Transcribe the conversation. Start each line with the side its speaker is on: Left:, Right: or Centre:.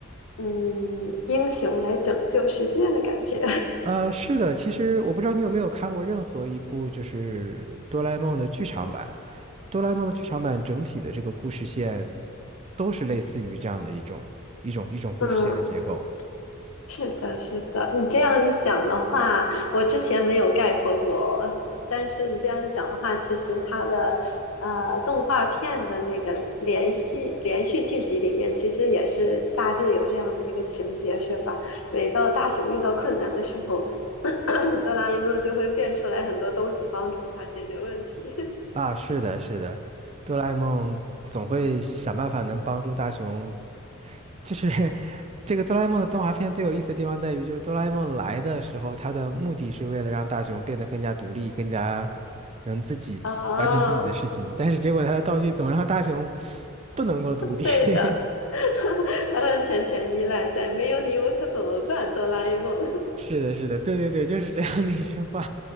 Left: 嗯，英雄来拯救世界的感觉。
Right: 呃，是的，其实我不知道你有没有看过任何一部就是哆啦 A 梦的剧场版。哆啦 A 梦的剧场版整体的这个故事线都是类似于这样的一种一种一种故事线的结构。
Left: <laughs> 是的，是的，你这样一讲的话，我之前没有概括过，但是你这样一讲的话，其实它的呃动画片的那个连续连续剧集里面，其实也是大致有这样的一个情节，是吧？每到大雄遇到困难的时候，<clears throat> 哆啦 A 梦就会变出来很多东西帮助他解决问题。<laughs>
Right: 啊，是的，是的，哆啦 A 梦总会想办法能帮助大雄。就是 <laughs> 这个哆啦 A 梦的动画片最有意思的地方在于，就是哆啦 A 梦来的时候，它的目的是为了让大雄变得更加独立，更加能自己完成自己的事情。
Left: 啊，
Right: 但是结果他的道具总让大雄不能够独立。
Left: 对的，
Right: <laughs>
Left: <laughs> 完完全全依赖在没有你我可怎么办，哆啦 A 梦。
Right: 是的，是的，对对对，就是这样的一句话。